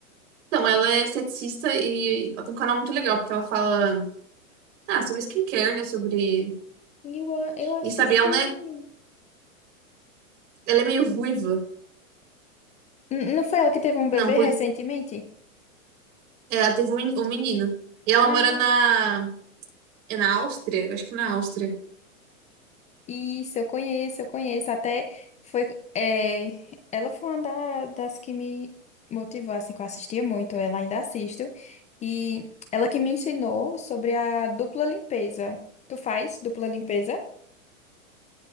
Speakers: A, on the right (about 60°); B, on the left (about 15°).
A: então, ela é esteticista e ela tem um canal muito legal, porque ela fala ah, sobre skincare, né? Sobre.
B: Eu, a- eu acho
A: E sabe,
B: que eu sei.
A: ela, não é- ela é meio ruiva.
B: N- não foi ela que teve um
A: Não,
B: bebê
A: ruiva.
B: recentemente?
A: É, Ela teve um men- um menino. E ela
B: Ah,
A: mora na. É na Áustria? Eu acho que é na Áustria.
B: isso, eu conheço, eu conheço. Até foi. é, ela foi uma da- das que me motivou, assim, que eu assistia muito, ela ainda assisto. E ela que me ensinou sobre a dupla limpeza. Tu faz dupla limpeza?